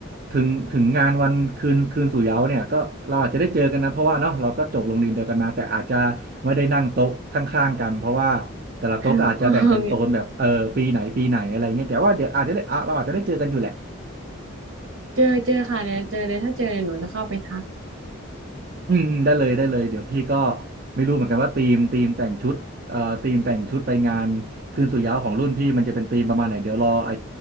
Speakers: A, on the right; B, on the right.
A: ถึงถึงงานวันคืนคืนสู่เหย้าเนี่ยก็เราอาจจะได้เจอกันนะเพราะว่าเนาะเราก็จบโรงเรียนเดียวกันมาแต่อาจจะไม่ได้นั่งโต๊ะข้างๆกันเพราะว่าแต่ละโต๊ะก็อาจจะแบ่งเป็นโซนแบบเออปีไหนปีไหนอะไรเงี้ยแต่ว่าเดี๋ยวอาจจะได้อ่ะเราอาจจะได้เจอกันอยู่แหละ
B: <laughs> ครับพอเราเจอเจอค่ะเลยวเจอเลยถ้าเจอเลยหนูจะเข้าไปทัก
A: อืมอืมได้เลยได้เลยเดี๋ยวพี่ก็ไม่รู้เหมือนกันว่าธีมธีมแต่งชุดเอ่อธีมแต่งชุดไปงานคืนสู่เหย้าของรุ่นพี่มันจะเป็นธีมประมาณไหนเดี๋ยวรอไอ